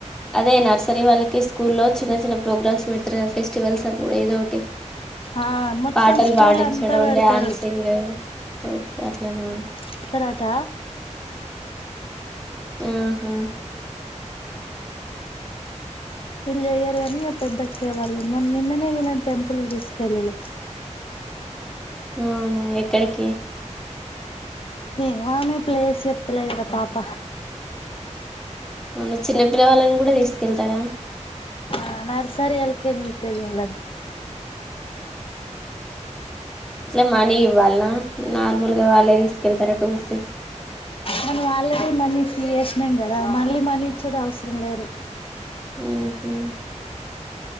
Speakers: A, in the centre; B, on the left.
A: అదే నర్సరీ వాళ్ళకి స్కూల్ల్లో చిన్న చిన్న ప్రోగ్రామ్స్ పెడుతారు కదా ఫెస్టివల్స్ అప్పుడు ఏదో ఒకటి
B: ఆ మొత్తం
A: పాటలు
B: స్కూల్
A: పాడించడం
B: అంతా పెడతారు
A: డ్యాన్సింగ్ ఓకే అట్లనా
B: ఇస్తారట
A: ఆహా
B: వీళ్ళు చెయ్యరు కాని పెద్ద ఎక్కేవాళ్ళు మొ నిన్ననే వీళ్ళని టెంపుల్ కి తీసుకెళ్లిండ్రు
A: అవునా ఎక్కడి కీ
B: ఏమో ఆమె ప్లేస్ చెప్త లేదు కదా పాప
A: మల్ల చిన్నపిల్లవాళ్ళని కూడా తీసుకెళ్తారా
B: ఆ నర్సరి ఎల్కేజీ యూకేజీ వాళ్ళందరినీ
A: ఇట్లా మనీ ఇవ్వాలనా నార్మల్గా వాళ్ళే తీసుకెళ్తార ఊరికే
B: మనం ఆల్రెడీ మనీ ఫీ చేసినాం కదా మళ్ళీ మనీ ఇచ్చుడు అవసరం లేదు
A: ఉహు